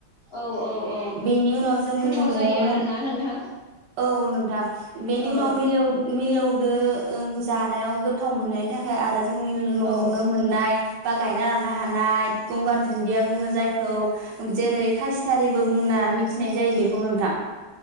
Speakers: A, on the left; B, on the right.
A: औ औ औ
B: बेनि उनाव जोंनि
A: गोथाव
B: न'आवनो
A: जायो आरोना नोंथां?
B: औ नोंथां बेनि
A: औ
B: उनाव मिलौ मिलौदो ओ जानायाव गोथाव मोननायनि थाखाय आरो जोंनि नआवनो
A: औ
B: मोननाय बा गायना ना हानाय गंगार दुनदिया बुङो जायखौ जेरै खासिथारिबो बुंना मिथिनाय जायो बेखौ नोंथां।